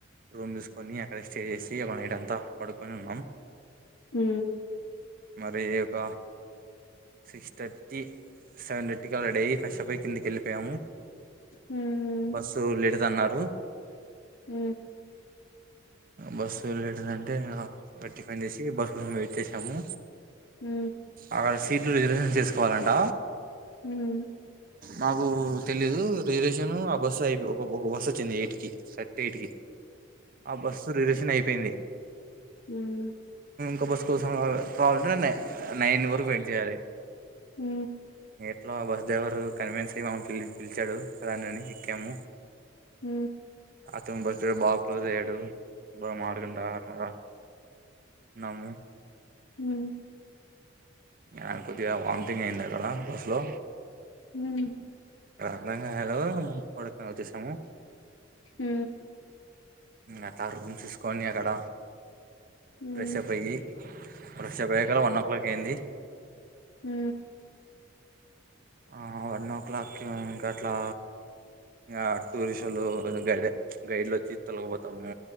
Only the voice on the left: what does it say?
హ
హ్మ్
హ
హ
హమ్
హమ్
హ
హ
హ్మ్
హ
హ
హ్మ్
హ